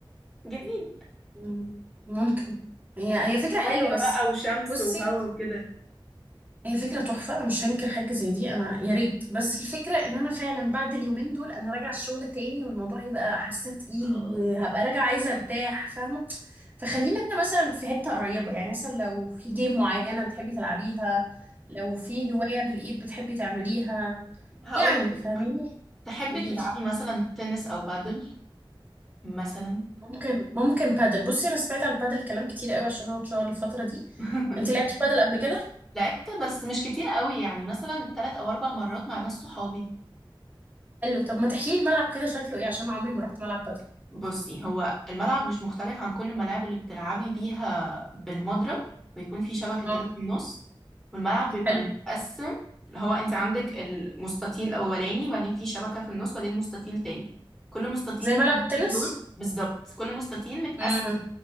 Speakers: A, in the centre; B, on the right.
A: جديد
B: مم، ممكن هي هي فكرة حلوة
A: ميه
B: بس
A: بقى وشمس
B: بصي
A: وهوا وكده
B: هي فكرة تحفة مش هنكر حاجة زي دي أنا يا ريت بس الفكرة إن أنا فعلا بعد اليومين دول أنا راجعة الشغل تاني والموضوع هيبقى حاسة تقيل
A: اه
B: وهبقى راجعة عايزة أرتاح فاهمة فخلينا مثلا في حتة قريبة يعني مثلا لو في جيم معينة بتحبي تلعبيها لو في هواية بالإيد بتحبي تعمليها
A: هقول
B: يعني
A: لك
B: فاهميني
A: تحبي
B: قوليلي
A: تلعبي مثلا تنس او بادل مثلا
B: ممكن ممكن بادل بصي أنا سمعت عن البادل كلام كتير قوي عشان هو اتشهر الفترة دي
A: <laughs>
B: انت لعبتي بادل قبل كده
A: لعبت بس مش كتير قوي يعني مثلا تلات او اربع مرات مع ناس صحابي
B: حلو طب ما تحكيلي الملعب كده شكله ايه عشان أنا عمري ما رحت ملعب بادل
A: بصي هو الملعب مش مختلف عن كل الملاعب اللي بتلعبي بيها بالمضرب ويكون في شبكة كده
B: اه
A: في النص والملعب بيبقى
B: حلو
A: متقسم اللي هو انت عندك المستطيل الاولاني بعدين في شبكة في النص بعدين مستطيل تاني كل مستطيل
B: زي
A: من
B: ملعب
A: الاتنين
B: التنس
A: دول بالظبط كل مستطيل متقسم
B: امم